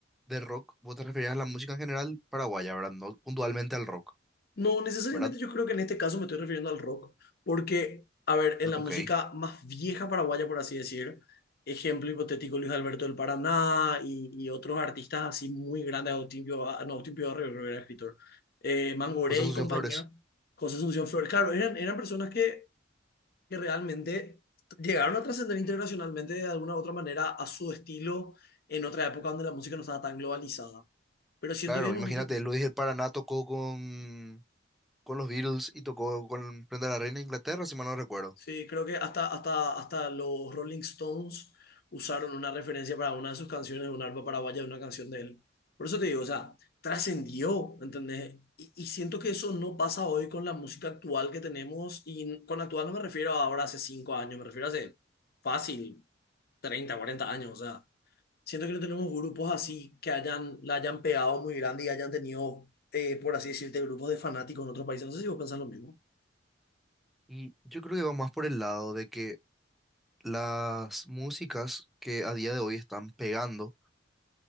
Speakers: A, in the centre; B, on the left.
A: de rock, vos te referías a la música en general paraguaya, ¿verdad? No puntualmente al rock,
B: no necesariamente
A: ¿verdad?
B: yo creo que en este caso me estoy refiriendo al rock, porque, a ver, en
A: No,
B: la
A: Ok,
B: música más vieja paraguaya, por así decir, ejemplo hipotético Luis Alberto del Paraná y, y otros artistas así muy grandes, Agustín Pio, ah, no, Agustín Pio Barrio, creo que era escritor, eh, Mangoré
A: pues Asunción
B: y compañía,
A: Flores.
B: José Asunción Flores, claro, eran, eran personas que que realmente llegaron a trascender internacionalmente de alguna u otra manera a su estilo en otra época donde la música no estaba tan globalizada. Pero siento
A: Claro,
B: que es el
A: imagínate,
B: momento,
A: Luis del Paraná tocó con, con los Beatles y tocó con Prenda la Reina de Inglaterra, si mal no recuerdo.
B: sí, creo que hasta, hasta, hasta los Rolling Stones usaron una referencia para una de sus canciones, una arpa paraguaya, de una canción de él. Por eso te digo, o sea, trascendió, ¿entendés? Y, y siento que eso no pasa hoy con la música actual que tenemos, y con actual no me refiero a ahora hace cinco años, me refiero a hace fácil, 30, 40 años, o sea, Siento que no tenemos grupos así que hayan, la hayan pegado muy grande y hayan tenido, eh, por así decirte, grupos de fanáticos en otros países. No sé si vos pensás lo mismo,
A: Y yo creo que va más por el lado de que las músicas que a día de hoy están pegando